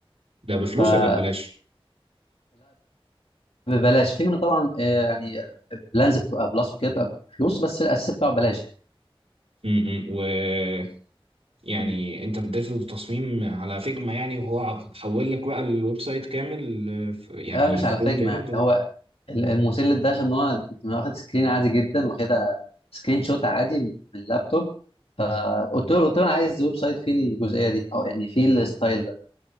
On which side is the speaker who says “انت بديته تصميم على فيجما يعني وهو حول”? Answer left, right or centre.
Right